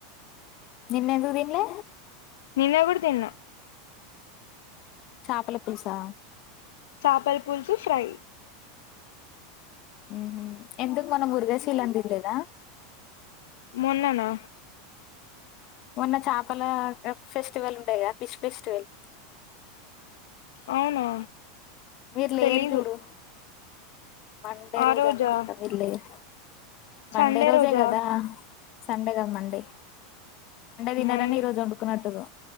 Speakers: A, on the left (about 50°); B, on the left (about 80°).
A: నిన్నెందు తీన్ లే
B: నిన్న కూడా తిన్నా
A: చేపల పులుసా
B: చపల పులుసు ఫ్రై
A: ఉ ఎందుకు మొన్న ముృగాశీల అని తినలేదా
B: మొన్ననా
A: మొన్న చేపల ఫెస్టివల్ ఉండే గా ఫిష్ ఫెస్టివల్
B: అవునా
A: మీరు లేరు
B: తెలీదు
A: చూడు మండే
B: ఆ
A: రోజు
B: రోజా
A: అనుకుంటా మీరు లేరు మండే
B: సండే
A: రోజే
B: రోజా
A: కదా సండేగాదు మండే తినరని
B: మండే
A: ఈ రోజు వండుకున్నట్టురు